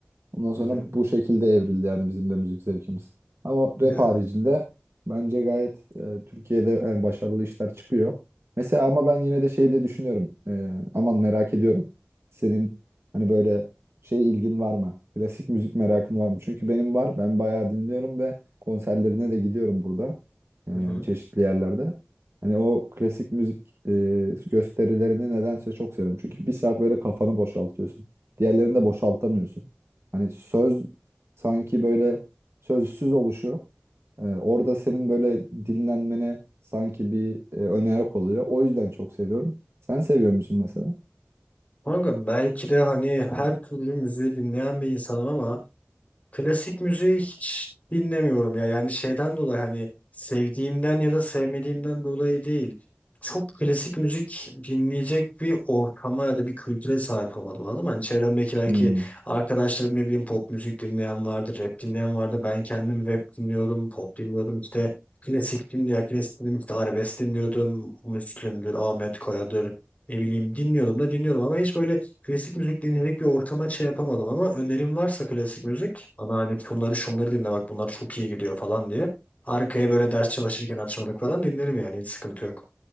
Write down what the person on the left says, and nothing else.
Hı hı.
Ya,
hı hı.
Kanka belki de hani her türlü müziği dinleyen bir insanım ama Klasik müziği hiç dinlemiyorum ya. Yani şeyden dolayı hani sevdiğimden ya da sevmediğimden dolayı değil. Çok klasik müzik dinleyecek bir ortama ya da bir kültüre sahip olmadım anladın mı? Hani çevremdeki
belki
arkadaşlarım ne bileyim pop müzik dinleyen vardı, rap dinleyen vardı. Ben kendim rap dinliyordum, pop dinliyordum işte. Klasik dinliyor, klasik dinliyordum işte arabesk dinliyordum. Müslüm'dür, Ahmet Kaya'dır. Ne bileyim dinliyordum da dinliyordum ama hiç böyle Klasik müzik dinledik bir ortama şey yapamadım ama önerim varsa klasik müzik. ama hani şunları şunları dinle bak bunlar çok iyi gidiyor falan diye. Arkaya böyle ders çalışırken açmalık falan dinlerim yani hiç sıkıntı yok.